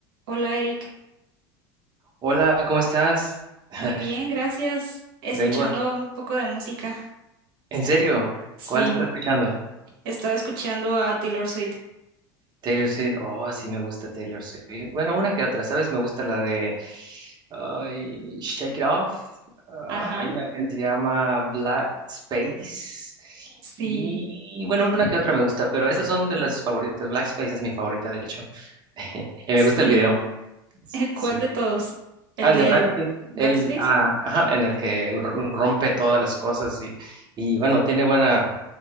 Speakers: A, on the right (about 75°); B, on the right (about 35°).
A: Hola Eric,
B: Hola, ¿cómo estás? <laughs>
A: muy bien, gracias. Escuchando
B: Vengo aquí.
A: un poco de música.
B: ¿En serio?
A: Sí,
B: ¿Cuál estás escuchando?
A: estaba escuchando a Taylor Swift.
B: Taylor Swift. Oh, sí me gusta Taylor Swift. Bueno, una que otra, ¿sabes? Me gusta la de ay, Shake It Off. Ah,
A: Ajá,
B: hay una que se llama Black Space.
A: sí,
B: Y bueno, una que otra me gusta, pero esas son de las favoritas. Black Space es mi favorita, de hecho. <laughs> Y
A: sí.
B: me gusta el video.
A: <laughs>
B: Sí.
A: ¿Cuál de todos? ¿El
B: Ah, el
A: de
B: de Black Space.
A: Blackface?
B: El, ah, ajá, en el que r- rompe todas las cosas y, y bueno, tiene buena.